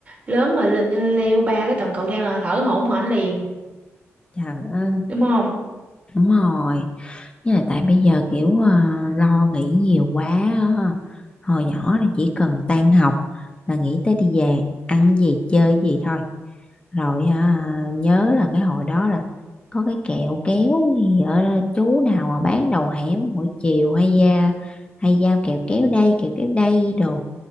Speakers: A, on the right; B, on the left.
A: lớn rồi le- leo ba cái tầng cầu thang là thở hổn hển liền,
B: trời ơi
A: đúng không?
B: Đúng rồi. Với lại tại bây giờ kiểu ờ, lo nghĩ nhiều quá á. Hồi nhỏ là chỉ cần tan học là nghĩ tới đi về, ăn gì chơi gì thôi. Rồi à, nhớ là cái hồi đó là có cái kẹo kéo gì ở đó, chú nào mà bán đầu hẻm mỗi chiều hay ra hay giao kẹo kéo đây kẹo kéo đây đồ